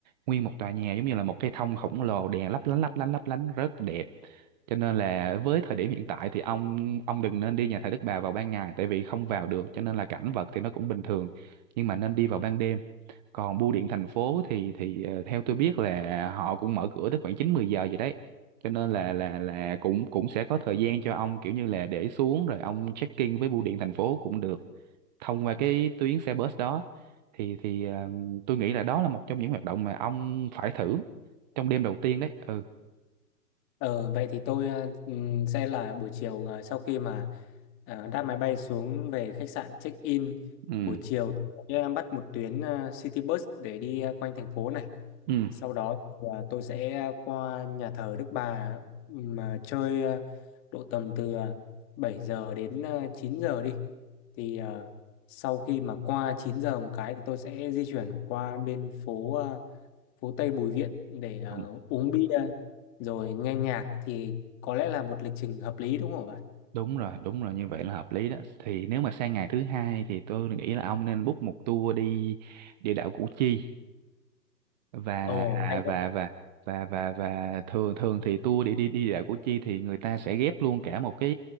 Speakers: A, on the right; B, on the left.
A: nguyên một tòa nhà giống như là một cái thông khổng lồ đèn lấp lánh lấp lánh lấp lánh rất đẹp cho nên là với thời điểm hiện tại thì ông ông đừng nên đi nhà thờ Đức Bà vào ban ngày tại vì không vào được cho nên là cảnh vật thì nó cũng bình thường nhưng mà nên đi vào ban đêm còn bưu điện thành phố thì thì ờ, theo tôi biết là họ cũng mở cửa tới khoảng chín mười giờ vậy đấy cho nên là là là cũng cũng sẽ có thời gian cho ông kiểu như là để xuống rồi ông check in với bưu điện thành phố cũng được thông qua cái tuyến xe bus đó thì thì ờ, tôi nghĩ là đó là một trong những hoạt động mà ông phải thử trong đêm đầu tiên đấy ừ
B: Ờ, vậy thì tôi ờ, ừm, sẽ là buổi chiều ờ, sau khi mà ờ, đáp máy bay xuống về khách sạn check in
A: ừ
B: buổi chiều tôi sẽ ờ, bắt một tuyến ờ, City Bus để đi ờ, quanh thành phố này.
A: ừ
B: Sau đó thì, ờ, tôi sẽ ờ, qua nhà thờ Đức Bà mà chơi ờ, độ tầm từ ờ, 7 giờ đến ờ, 9 giờ đi. Thì ờ, sau khi mà qua 9 giờ một cái thì tôi sẽ di chuyển qua bên phố ờ, phố Tây Bùi Viện để ờ,
A: Không,
B: uống bia rồi nghe nhạc thì có lẽ là một lịch trình hợp lý đúng không bạn?
A: đúng rồi đúng rồi như vậy là hợp lý đó thì nếu mà sang ngày thứ hai thì tôi nghĩ là ông nên book một tour đi địa đạo Củ Chi và
B: Ồ hay đấy.
A: và và và và và thường thường thì tour để đi đi đảo Củ Chi thì người ta sẽ ghép luôn cả một cái